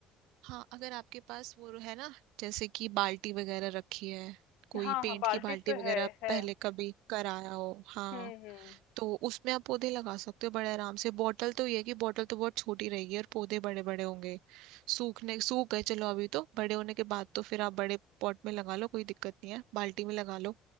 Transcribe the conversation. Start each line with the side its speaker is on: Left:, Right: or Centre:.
Right: हाँ अगर आपके पास वो है ना जैसे कि बाल्टी वगैरह रखी है कोई
Left: हाँ
Right: पेंट
Left: हाँ बाल्टी
Right: की बाल्टी
Left: तो
Right: वगैरह
Left: है है
Right: पहले कभी कराया हो हाँ
Left: हम्म हम्म
Right: तो उसमें आप पौधे लगा सकते हो बड़े आराम से बॉटल तो ये है कि बॉटल तो बहुत छोटी रहेगी और पौधे बड़े बड़े होंगे सूखने सूख गए चलो अभी तो बड़े होने के बाद तो फिर आप बड़े पॉट में लगा लो कोई दिक्कत नहीं है बाल्टी में लगा लो